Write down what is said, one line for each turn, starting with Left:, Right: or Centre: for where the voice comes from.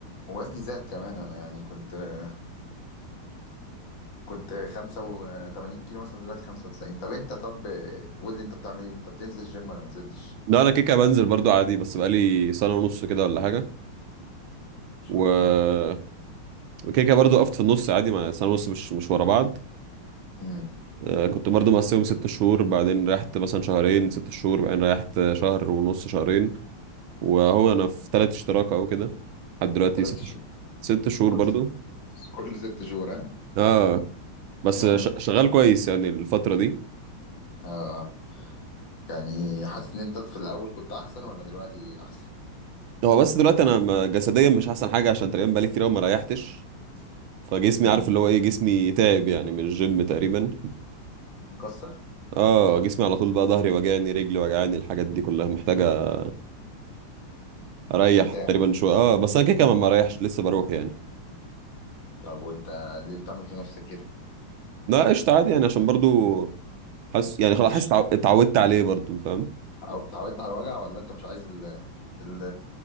Left: ووزني زاد كمان انا يعني كنت آه، كنت 85 كيلو مثلا دلوقتي 95 طب انت طب آه، قول لي انت بتعمل ايه انت بتنزل جيم ولا ما نزلتش
Right: لا انا كيكه بنزل برضو عادي بس بقالي سنه ونص كده ولا حاجه
Left: ان شاء
Right: و
Left: الله
Right: وكيكه برضو وقفت في النص عادي مع سنه ونص مش مش ورا بعض
Left: امم
Right: آه، كنت برضو مقسمهم ست شهور بعدين ريحت مثلا شهرين ست شهور بعدين ريحت شهر ونص شهرين وهو انا في تلات اشتراك اهو كده لحد دلوقتي
Left: ثلاث
Right: ست
Left: ش...
Right: شهور ست شهور
Left: كل
Right: برضو
Left: كل ست شهور ها
Right: اه بس
Left: اه
Right: ش- شغال كويس يعني الفتره دي
Left: آه. يعني حاسس ان انت في الاول كنت احسن ولا دلوقتي احسن
Right: هو بس دلوقتي انا م- جسديا مش احسن حاجه عشان تقريبا بقالي كتير قوي ما ريحتش فجسمي
Left: مم.
Right: عارف اللي هو ايه جسمي تعب يعني من الجيم تقريبا
Left: مكسر
Right: اه جسمي على طول بقى ظهري وجعني رجلي وجعاني الحاجات دي كلها محتاجه اريح
Left: مرتاح
Right: تقريبا شويه اه بس انا كده كده ما بريحش لسه بروح يعني
Left: طب وانت ليه بتعمل في نفسك كده
Right: لا قشطه عادي يعني عشان برضو حاسس يعني خلاص
Left: إيش؟
Right: حاسس اتعو- اتعودت عليه برضو أنت فاهم
Left: أو- اتعودت على الوجع ولا انت مش عايز ال... ال...